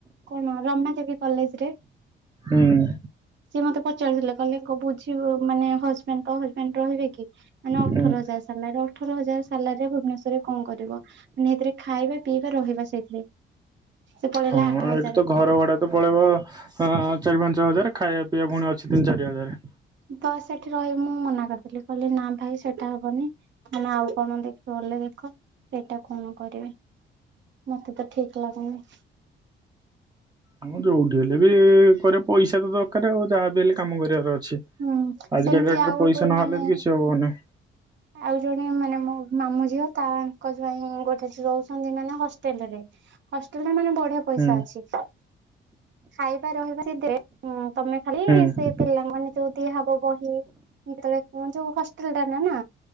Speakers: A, on the right; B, on the right.
A: କଣ ରମା ଦେବୀ କଲେଜରେ।
B: ହୁଁ।
A: ସିଏ ମତେ ପଚାରୁଥିଲେ କହିଲେ କି ବୁଝିବୁ ମାନେ ହଜବେଣ୍ଡ ତୋ ହଜବେଣ୍ଡ ରହିବେ କି? ମାନେ ଅଠର
B: ହୁଁ
A: ହଜାର ସଲାରେ ଅଠର ହଜାର ସିଲ ରେ ଭୁବନେଶ୍ରରେ କଣ କରିବ। ପୁଣି ଏଥିରେ ଖାଇବା ପିଇବା ରହିବା ସେଇଠିରେ ସେ ପଳେଇଲା
B: ହଁ
A: ଆଠ
B: ଆଉ
A: ହଜା
B: ଏଠି ତ ଘର ଭଡା ତ ପଳେଇବ ଚାରି ପାଞ୍ଚ ହଜାର। ଖାଇବା ପିଇବା ପୁଣି ଅଛି ତିନି ଚାରି ହଜାର।
A: ତ ସେଠି ରହିବି ମୁଁ ମନା କରିଦେଲି କହିଲେ ନା ଭାଇ ସେଟା ହବନି। ତମେ ଆଉ କଣ ଦେଖବ ବୋଲେ ଦେଖ ସେଇଟା କଣ କରିବି। ମତେ ତ ଠିକ ଲାଗୁନି।
B: ଆମେ ଯୋଉଠି ହେଲେ ବି କରେ ପଇସା ତ ଦରକାର ଆଉ ଯାହା ବିି ହେଲେ କାମ କରିବାର ଅଛି।
A: ହୁଁ
B: ଆଜିକା
A: ସେମିତି
B: ଡେଟରେ
A: ଆଉ ଗୋଟେ
B: ପଇସା ନହେଲେ
A: ମାନେ
B: ବି କିଛି ହବନି।
A: ଆଉ ଜଣେ ମାନେ ମୋ ମାମୁ ଝିଅ ତାଙ୍କ ଜ୍ୱାଇଁ ଗୋଟେଟି ରହୁଛନ୍ତି ମାନେ ହଷ୍ଟେଲ ରେ। ହଷ୍ଟେଲରେ ମାନେ ବଢିଆ ପଇସା
B: ହୁଁ
A: ଅଛି। ଖାଇବା ରହିବା ସେ ଦେବେ ତମେ ଖାଲି
B: ହୁଁ।
A: ପିଲାମାନୋନେ ଯୋଉ ଦିଆହବ ବହି ଯେତେବେଳେ ଯୋଉ ହଷ୍ଟେଲ ଟା ନା ନା।